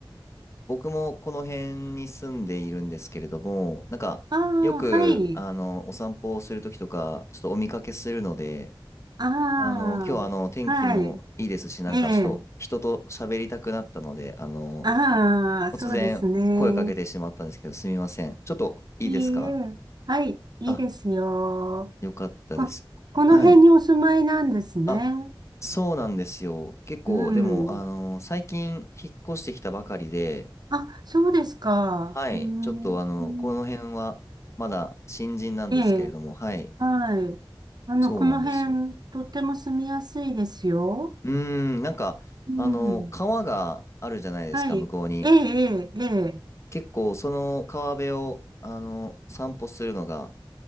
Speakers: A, on the left; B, on the right.
A: 僕もこの辺に住んでいるんですけれども、なんかよく、
B: ああ、はい。
A: あの、お散歩をするときとか、ちょっとお見かけするので、
B: ああ、
A: あの、今日はあの、天気もいいですし、
B: はい。
A: なんかちょっと人と喋りたくなったので、
B: ええ。
A: あの、
B: ああ、
A: 突然声かけてしまったんですけど、
B: そうですね。
A: すみません。ちょっといいですか
B: いいえ。はい。いいですよ。
A: あ、よかったです。
B: こ、この辺にお住まいなんですね。
A: はい。あ、そうなんですよ。結構、
B: うん。
A: でも、あの、最近引っ越してきたばかりで、
B: あ、そうですか。
A: はい、
B: うーん。
A: ちょっとあの、この辺はまだ新人なんですけれども、
B: ええ。
A: はい、
B: はい。あの、
A: そうなんですよ。
B: この辺、とっても住みやすいですよ。
A: うーん、なんか、
B: うん。
A: あの、川があるじゃないですか、
B: はい。
A: 向こうに。
B: ええ、ええ、ええ。
A: 結構、その川辺を、あの、散歩するのが、